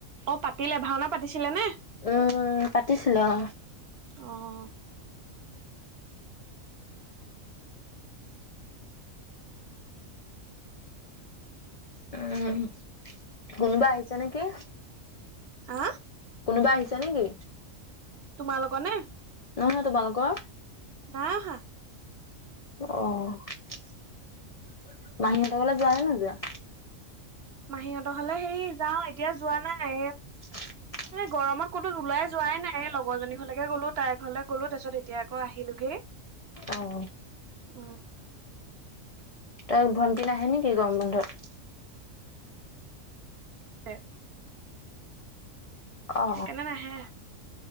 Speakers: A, on the right (about 60°); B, on the left (about 70°).
A: অ' পাতিলে ভাওনা পাতিছিলে নে?
B: উম পাতিছিলে অ।
A: অ'
B: উম কোনোবা আহিছে নেকি
A: আ
B: কোনোবা আহিছে নেকি?
A: তোমালোকৰ নে?
B: নহয় তোমালোকৰ
A: না অহা
B: অ মাহীহঁতৰ ঘৰলে যোৱা নে নোযোৱা?
A: মাহীহঁতৰ ঘৰলে হেৰি যাওঁ এতিয়া যোৱা নাই এ
B: <unintelligible>
A: মানে গৰমত ক'তো ওলাই যোৱাই নাই এ লগৰজনী ঘৰলৈকে গ'লো তাইৰ ঘৰলে গ'লো তাৰপিছত এতিয়া আকৌ আহিলোগে।
B: অ
A: অ
B: তই ভণ্টি নাহে নেকি গৰম বন্ধত
A: ছে
B: অ
A: সেইকাণে নাহে।